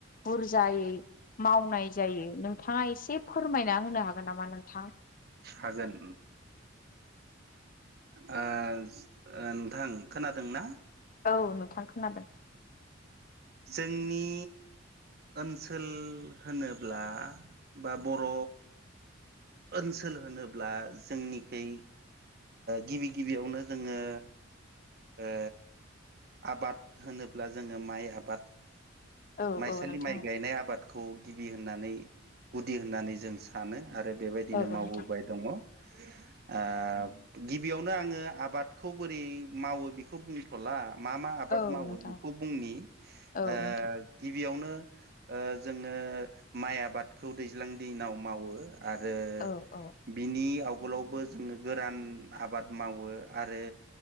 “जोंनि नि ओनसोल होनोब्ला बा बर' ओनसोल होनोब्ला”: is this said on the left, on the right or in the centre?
Right